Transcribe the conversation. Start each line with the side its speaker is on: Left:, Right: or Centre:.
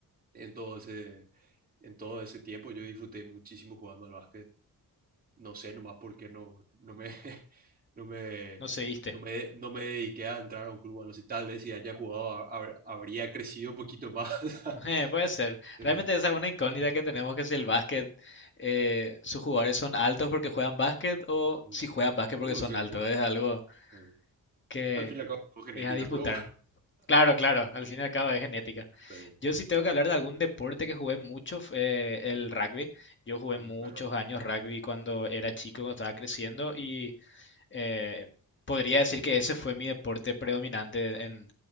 Right: en todo ese, en todo ese tiempo yo disfruté muchísimo jugando al básquet. No sé nomás por qué no, no me, <laughs> no me,
Left: no seguiste.
Right: no me, no me dediqué a entrar a un club. A los tal vez si haya jugado, ha- ha- habría crecido un poquito más. <laughs>
Left: Eh, puede ser.
Right: Eh,
Left: Realmente esa es una incógnita que tenemos, que si el básquet, eh, sus jugadores son altos porque juegan básquet o
Right: mm.
Left: si juegan básquet
Right: Oh,
Left: porque son
Right: sí,
Left: altos.
Right: por,
Left: Es algo
Right: eh,
Left: que
Right: Al fin y al cabo, no genética,
Left: es a disputar.
Right: pero bueno,
Left: Claro, claro, al fin y al cabo es genética.
Right: <laughs> pues,
Left: Yo sí tengo que hablar de algún deporte que jugué mucho, fue el rugby. Yo jugué
Right: mm,
Left: muchos
Right: pero bueno,
Left: años rugby cuando era chico, cuando estaba creciendo y eh, podría decir que ese fue mi deporte predominante en,